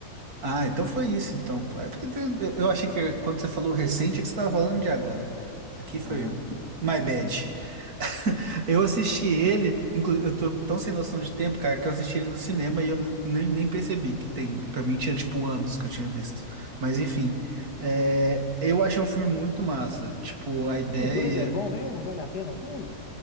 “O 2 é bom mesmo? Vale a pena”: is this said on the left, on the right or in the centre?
Left